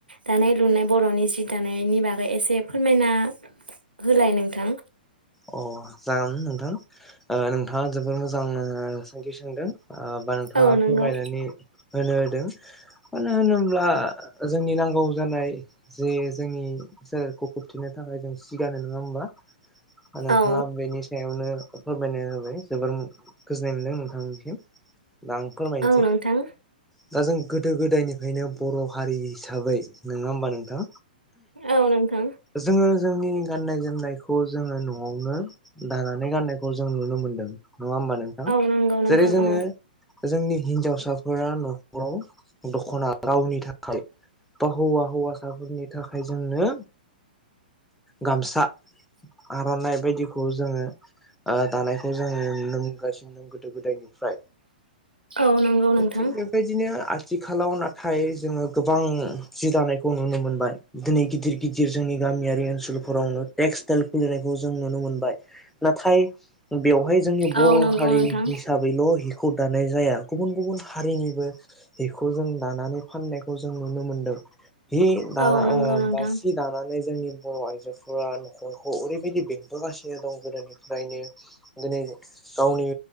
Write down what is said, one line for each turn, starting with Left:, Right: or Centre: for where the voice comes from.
Right: दानाय लुनाय बर'नि जि दानायनि बागै एसे फोरमायना होलाय नोंथां।
Centre: अ जागोन नोंथां ओ नोंथाङा जोबोर मोजां सोंथि सोंदों। ओ बा नोंथाङा
Right: औ नंगौ
Centre: फोरमायनानै होनो दों मानो होनोब्ला जोंनि नांगौ जानाय जे जोंनि सोलेरखौ खोबथेनो थाखाय जों सि गानो नंङा होमबा? नोंथाङा
Right: औ
Centre: बेनि सायावनो फोरमायना होबाय जोबोर गोजोननाय मोनदों नोंथांमोननिसिम। आं फोरमायनोसै।
Right: औ नोंथां
Centre: दा जों गोदो-गोदायनिफ्रायनो बर' हारि हिसाबै नङा होमबा नोंथां?
Right: औ नोंथां
Centre: जोंङो जोंनि गाननाय जोमनायखौ जोंङो नु न'आवनो दानानै गाननायखौ जों नुनो मोनदों। नङा होमबा नोंथां?
Right: औ नंगौ नोंथां
Centre: जेरै जोंङो
Right: औ
Centre: जोंनि हिनजावसाफोरा न'खराव दख'ना रावनि थाखाय बा हौवा हौवासाफोरनि थाखाय जोंनो गामसा। गाननाय बायदि खौ जोंङो ओ दानायखौ जोंङो नुनो मोनगासिनो गोदो गोदायनिफ्राय
Right: औ नंगौ नोंथां
Centre: थिग बेबायदिनो आथि आथिखालाव नाथाय जोंङो गोबां जि दानायखौ नुनो मोनबाय दिनै गिदिर गिदिर जोंनि गामियारि ओनसोल फोरावनो टेक्सटाइल खुलिनाय जों नुनो मोनबाय नाथाय बेवहाय जोंनि बर'
Right: औ नंगौ
Centre: हारि
Right: नोंथां
Centre: हिसाबैल' हि खौ दानाय जाया गुबुन गुबुन हारिनिबो बेखौ जों दानानै फाननाय खौ जों नुनो मोनदों। हि दाना
Right: औ नंगौ
Centre: ओ
Right: नोंथां
Centre: बा सि दानानै जोंनि बर' आइजोफोरा न'खरखौ ओरै बेबायदि बेंबोगासिनो दं गोदोनिफ्रायनो। दिनै गावनि